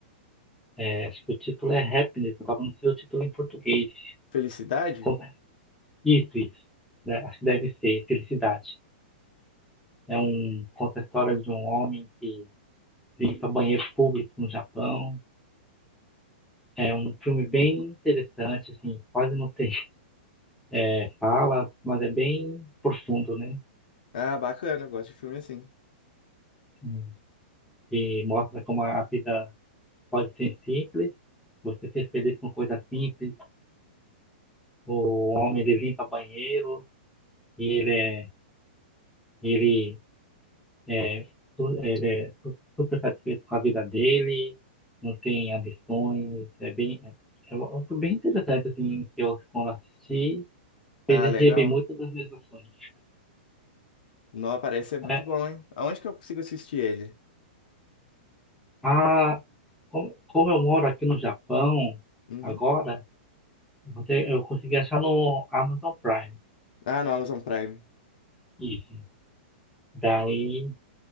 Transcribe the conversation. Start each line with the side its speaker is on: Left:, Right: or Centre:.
Centre: É, acho que o título é Happiness, agora não sei o título em português.
Left: Felicidade?
Centre: Conta- Isso, isso. Né, Acho que deve ser Felicidade. É um, conta a história de um homem que limpa banheiro público no Japão. É um filme bem interessante, assim, quase não tem. é, fala, mas é bem profundo, né?
Left: Ah, bacana, eu gosto de filme assim.
Centre: Hum. E mostra como a vida pode ser simples, você ser feliz com coisas simples. O homem ele limpa banheiro e ele é, ele é, su- ele é su- super satisfeito com a vida dele, não tem ambições. É bem, é algo bem interessante assim que eu quando assisti fez
Left: Ah, legal.
Centre: rever muito das minhas ações.
Left: Não, parece ser muito
Centre: É, é.
Left: bom, hein? Aonde que eu consigo assistir ele?
Centre: Ah, como, como eu moro aqui no Japão
Left: Uhum.
Centre: agora Você, eu consegui achar no Amazon Prime.
Left: Ah, no Amazon Prime.
Centre: Isso. Daí,